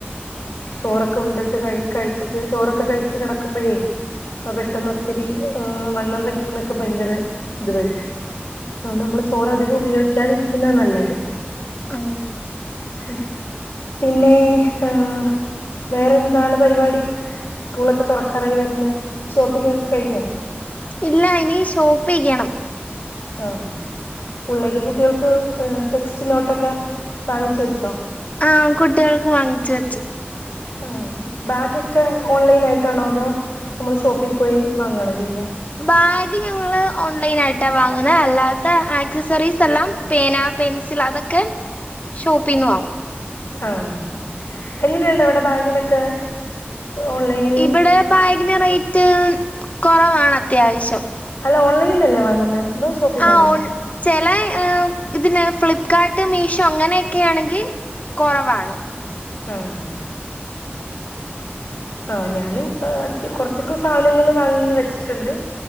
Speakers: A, on the left; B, on the left.
A: ചോറൊക്കെ ഉണ്ടിട്ട് കഴി കഴിച്ചിട്ട് ചോറൊക്കെ കഴിച്ചിട്ട് കെടക്കുമ്പോഴേ പെട്ടെന്നൊത്തിരി ആഹ് വണ്ണം വെക്കാനൊക്കെ ഭയങ്കര ഇതുവരും അതുകൊണ്ട് നമ്മള് ചോറധികം ഉപയോഗിക്കാതിരിക്കുന്ന നല്ലത്
B: ആഹ്
A: ഉം പിന്നെ ആഹ് വേറെന്താണ് പരിപാടി സ്കൂളൊക്കെതൊറക്കാറായി വരുന്ന് ഷോപ്പിംഗക്കെ കഴിഞ്ഞോ
B: ഇല്ല ഇനി ഷോപ്പെയ്യണം
A: ആഹ് സ്കൂളിലേക്ക്കുട്ടിയെൾക്ക് ടെക്സ്റ്റ്നോട്ടൊക്കെവാങ്ങിച്ചു വെച്ചോ
B: ആഹ്കുട്ട്യേൽക്ക് വാങ്ങിച്ച് വച്ചു.
A: ആഹ് ബാഗൊക്കെനമ്മള് ഓൺലൈനായിട്ടാണോഅതോ ഷോപ്പിപോയി വാങ്ങണോചെയ്യുന്നേ.
B: ബാഗ്ഞങ്ങള്ഓൺലൈനായിട്ടാ വാങ്ങുന്നത്അല്ലാത്ത ആക്സസറീസ്എല്ലാം പേനപെൻസിൽഅതൊക്കെ ഷോപ്പിന്ന് വാങ്ങും.
A: ആഹ് എങ്ങനെണ്ട്അവിടെ ബാഗിനൊക്കെ? ഓൺലൈൻ
B: ഇബടെബാഗിന് റേറ്റ്കൊറവാണ് അത്യാവശ്യം.
A: അല്ലഓൺലൈൻന്നല്ലേ വാങ്ങുന്നെ അതോ ഷോപ്പിന്നാണോ
B: ആഓൺ ചെല ഇതിന് ഫ്ലിപ്കാർട്ട് മീഷോ അങ്ങനെയൊക്കെണെങ്കി കൊറവാണ്.
A: ആഹ് ആഹ്ഞാനുംകൊറച്ചൊക്കെ സാധനങ്ങള് വാങ്ങിവെച്ചിട്ടുണ്ട്